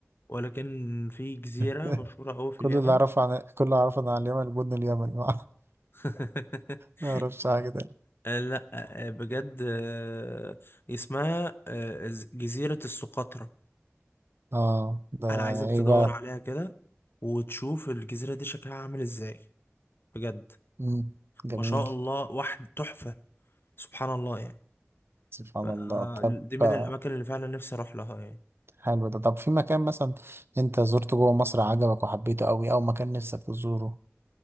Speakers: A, on the left; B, on the right.
A: ولكن في جزيرة
B: <laughs>
A: مشهورة أوي في
B: كل
A: اليمن
B: اللي أعرفه عن كل اللي أعرفه عن اليمن البن اليمني <laughs>
A: <laughs>
B: ما أعرفش حاجة تاني
A: آه، لأ آه، بجد آه، اسمها آه، جزيرة السقطرة
B: اه ده
A: انا عايزك
B: إيه
A: تدور
B: بقى
A: عليها كده وتشوف الجزيرة دي شكلها عامل ازاي بجد
B: مم. جميل
A: ما شاء الله واحد تحفة سبحان الله يعني
B: سبحان
A: ف-
B: الله طب
A: دي من
B: آه،
A: الاماكن اللي فعلا نفسي اروح لها يعني
B: حلو ده طب في مكان مثلا انت زرته جوه مصر عجبك وحبيته قوي او مكان نفسك تزوره